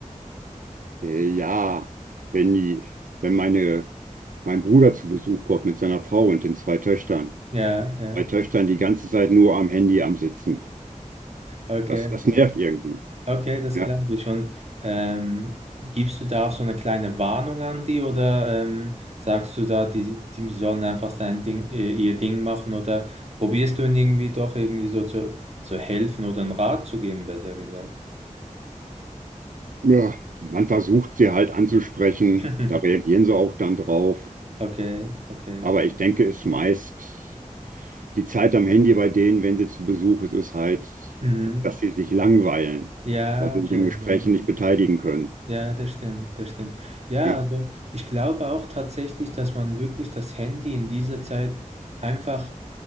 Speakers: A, on the right; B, on the right.
A: äh, ja wenn die, wenn meine, mein Bruder zu Besuch kommt mit seiner Frau und den zwei Töchtern.
B: Ja, ja.
A: Zwei Töchtern die ganze Zeit nur am Handy am Sitzen.
B: Okay.
A: Das, das
B: okay.
A: nervt irgendwie.
B: Okay, das
A: Ja.
B: glaube ich schon. Ähm, gibst du da auch so eine kleine Warnung an die oder ähm, sagst du da, die, die sollen einfach sein Ding, äh, ihr Ding machen oder probierst du ihnen irgendwie doch irgendwie so zu so helfen oder einen Rat zu geben, besser gesagt?
A: Ja, man versucht sie halt anzusprechen,
B: <laughs>
A: da reagieren sie auch dann drauf.
B: Okay, okay.
A: Aber ich denke, es meist. die Zeit am Handy bei denen, wenn sie zu Besuch ist, ist halt,
B: Mhm.
A: dass sie sich langweilen,
B: Ja,
A: weil sie
B: okay,
A: sich im Gespräch
B: ja.
A: nicht beteiligen können.
B: Ja, das stimmt, das stimmt. Ja,
A: Ja.
B: also ich glaube auch tatsächlich, dass man wirklich das Handy in dieser Zeit einfach